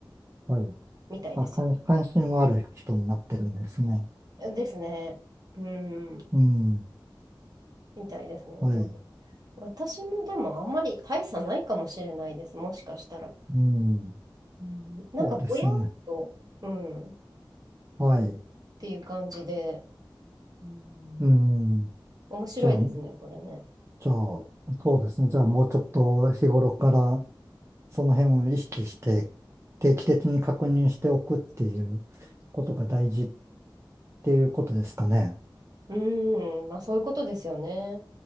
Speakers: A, on the right; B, on the right.
A: はい。
B: みたいですよ。
A: あ、関、関心はある人になってるんですね。
B: ですね。うん、
A: うん。
B: みたいですね。
A: はい。
B: でも、私もでもあんまり大差ないかもしれないです。もしかしたら。
A: うん。
B: うん、なんかぼやっと、
A: そうですよね。
B: うん、っ
A: はい。
B: ていう感じで、うん、
A: うん。
B: 面白いですね、
A: じゃあ、
B: これね。
A: じゃあ、そうですね。じゃあ、もうちょっと日頃からその辺を意識して定期的に確認しておくっていうことが大事っていうことですかね。
B: うん、まあそういうことですよね。